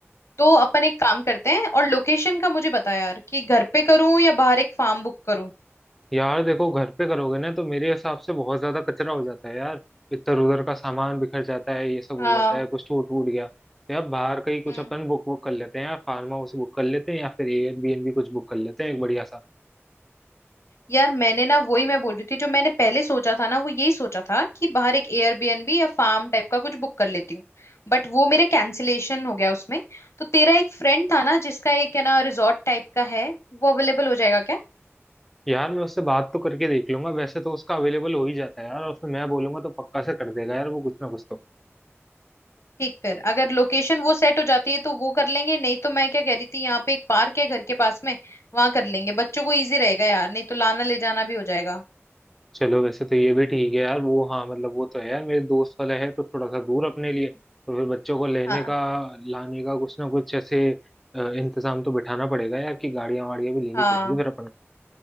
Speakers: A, on the left; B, in the centre.
A: तो अपन एक काम करते हैं और लोकेशन का मुझे बता यार कि घर पे करूं या बाहर एक फार्म बुक करूं
B: यार देखो घर पे करोगे ना तो मेरे हिसाब से बहुत ज्यादा कचरा हो जाता है यार इधर उधर का सामान बिखर जाता है ये सब
A: हाँ
B: हो जाता है कुछ टूट वूट गया तो यार बाहर कहीं कुछ
A: हम्म
B: अपन बुक वुक कर लेते हैं यार फार्म हाउस बुक कर लेते हैं या फिर एयरबीएनबी कुछ बुक कर लेते हैं एक बढ़िया सा
A: यार मैंने ना वही मैं बोल रही थी जो मैंने पहले सोचा था ना वो यही सोचा था कि बाहर एक एयरबीएनबी या फार्म टाइप का कुछ बुक कर लेती हूँ बट वो मेरे कैंसिलेशन हो गया उसमें तो तेरा एक फ्रेंड था ना जिसका एक है ना रिजॉर्ट टाइप का है वो अवेलेबल हो जाएगा क्या
B: यार मैं उससे बात तो करके देख लूंगा वैसे तो उसका अवेलेबल हो ही जाता है यार और फिर मैं बोलूंगा तो पक्का से कर देगा यार वो कुछ ना कुछ तो
A: ठीक फिर अगर लोकेशन वो सेट हो जाती है तो वो कर लेंगे नहीं तो मैं क्या कह रही थी यहाँ पे एक पार्क है घर के पास में वहां कर लेंगे बच्चों को इजी रहेगा यार नहीं तो लाना ले जाना भी हो जाएगा
B: चलो वैसे तो ये भी ठीक है यार वो हाँ मतलब वो तो है यार मेरे दोस्त वाला है तो थोड़ा सा दूर अपने लिए तो फिर बच्चों को लेने
A: हाँ
B: का लाने का कुछ ना कुछ ऐसे अ, इंतजाम तो बिठाना पड़ेगा यार कि गाड़ियां वाड़ियां भी लेनी
A: हाँ
B: पड़ेंगी फिर अपन को।